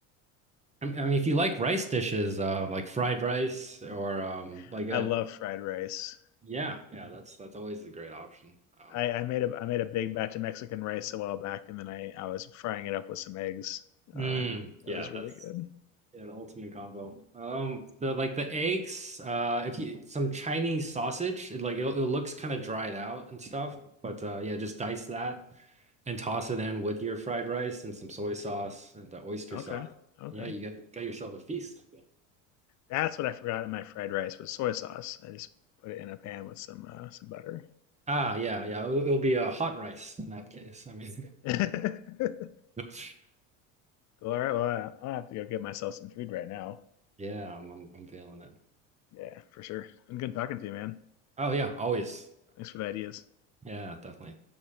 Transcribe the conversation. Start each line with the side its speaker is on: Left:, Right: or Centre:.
Right: I mean, I mean, if you like rice dishes, um, like fried rice or um,
Left: <laughs>
Right: like
Left: I
Right: a
Left: love fried rice.
Right: yeah, yeah, that's that's always a great option. Um,
Left: I, I made a I made a big batch of Mexican rice a while back, and then I I was frying it up with some eggs. Uh,
Right: mm,
Left: that
Right: yeah,
Left: was really
Right: that's
Left: good.
Right: yeah, the ultimate combo. Um, the like the eggs, uh, if you some Chinese sausage, it like it, it looks kind of dried out and stuff, but uh, yeah, just dice that and toss it in with your fried rice and some soy sauce and the oyster
Left: Okay,
Right: sauce.
Left: okay.
Right: Yeah, you got got yourself a feast.
Left: That's what I forgot in my fried rice was soy sauce. I just put it in a pan with some uh, some butter.
Right: Ah, yeah, yeah. It'll, it'll be a hot rice in that case. I mean,
Left: <laughs>
Right: <laughs>
Left: cool. All right. Well, I- will have to go get myself some food right now.
Right: yeah, I'm, I'm I'm feeling it.
Left: Yeah, for sure. Been good talking to you, man.
Right: Oh yeah, always.
Left: Thanks for the ideas.
Right: Yeah, definitely.